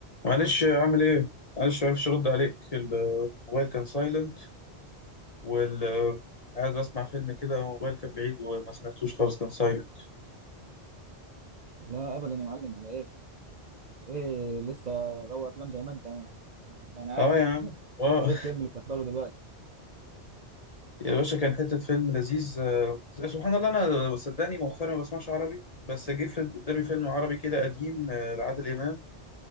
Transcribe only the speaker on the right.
لا ابدا يا معلم على ايه ايه لسه غاوي افلام زي ما انت ما انا
عارف
<laughs>
ايه
الفيلم اللي بتحضره دلوقتي